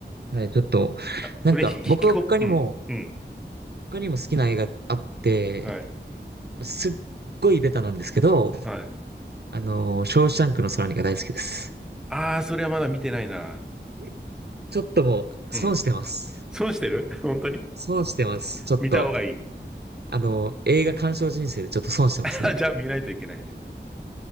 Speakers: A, on the right (about 60°); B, in the centre.
A: はい、ちょっと、
B: あ、これひ、
A: なんか、
B: 引きこ、
A: 僕は他にも、
B: うん、うん、
A: 他にも好きな映画あって、
B: はい、
A: すっごいベタなんですけど、
B: はい。
A: あのー、ショーシャンクの空にが大好きです。
B: あー、それはまだ見てないな。
A: えちょっともう、
B: うん。
A: 損してます。
B: 損してる <laughs> 本当に
A: 損してます。ちょっと、
B: 見た方がいい。
A: あのー、映画鑑賞人生でちょっと損してますね。
B: <laughs> じゃあ見ないといけないね。